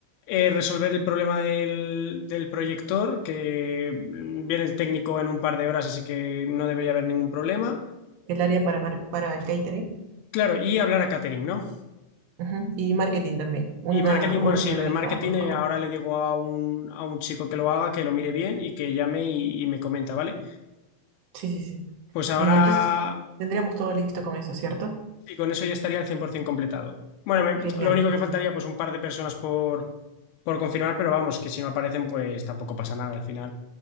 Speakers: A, on the left (about 75°); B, on the right (about 70°).
A: Eh, resolver el problema del, del proyector, que mm, viene el técnico en un par de horas, así que no debería haber ningún problema.
B: El área para, mar- para el catering.
A: Claro, y hablar a catering, ¿no?
B: ujú, Y marketing también. Una
A: Y marketing,
B: última
A: bueno, sí, lo
B: verificada,
A: de marketing
B: por
A: eh,
B: favor.
A: ahora le digo a un, a un chico que lo haga, que lo mire bien y que llame y, y me comenta, ¿vale?
B: Sí, sí, sí.
A: Pues ahora,
B: Y entonces tendríamos todo listo con eso, ¿cierto?
A: y con eso ya estaría al 100% completado. Bueno, me-
B: Genial,
A: lo único
B: genial.
A: que faltaría, pues un par de personas por, por confirmar, pero vamos, que si no aparecen, pues tampoco pasa nada al final,